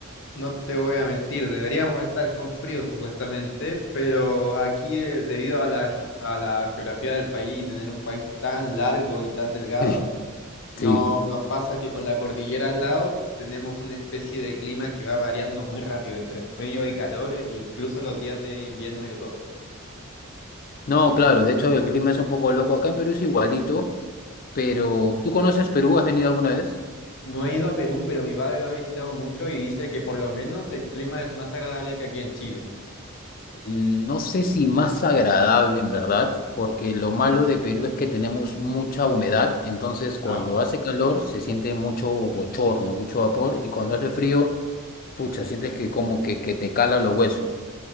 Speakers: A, on the left; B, on the left.
A: No te voy a mentir, deberíamos estar con frío supuestamente, pero aquí eh, debido a la, ge- a la geografía del país y tener un país tan largo y tan delgado,
B: Sí.
A: no,
B: Sí.
A: nos pasa que con la cordillera al lado tenemos una especie de clima que va variando muy rápido entre frío y calor, e incluso los días de invierno y otoño.
B: No, claro, de hecho el clima es un poco loco. Acá en Perú es igualito, pero ¿tú conoces Perú? ¿Has venido alguna vez?
A: No he ido a Perú, pero mi padre lo ha visitado mucho y dice que por lo menos el clima es más agradable que aquí en Chile.
B: mm, No sé si más agradable en verdad, porque lo malo de Perú es que tenemos mucha humedad, entonces cuando
A: Ah,
B: hace calor se siente mucho bochorno, mucho vapor, y cuando hace frío, pucha, sientes que como que, que te cala los huesos.